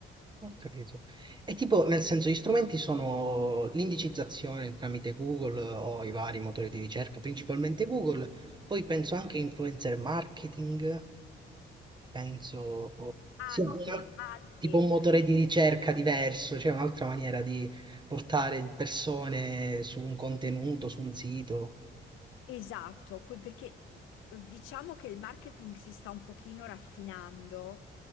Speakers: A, on the right; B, on the left.
A: Ho capito. E tipo, nel senso, gli strumenti sono l'indicizzazione tramite Google o i vari motori di ricerca, principalmente Google, poi penso anche influencer marketing, penso
B: Anche,
A: sia un al-
B: anche
A: tipo un motore di ricerca diverso, cioè un'altra maniera di portare persone su un contenuto, su un sito
B: Esatto, que- perché mh, diciamo che il marketing si sta un pochino raffinando,